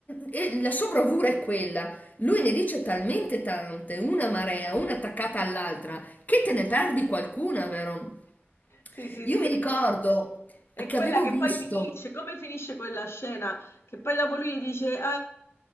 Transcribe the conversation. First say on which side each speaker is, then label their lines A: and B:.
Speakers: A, on the left; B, on the left.
A: e la sua bravura è quella. Lui ne dice talmente tante, una marea, una attaccata all'altra, che te ne perdi qualcuna, vero?
B: Sì, sì,
A: Io
B: sì.
A: mi ricordo
B: È
A: che
B: quella
A: avevo
B: che
A: visto,
B: poi finisce, come finisce quella scena? Che poi dopo lui dice, eh,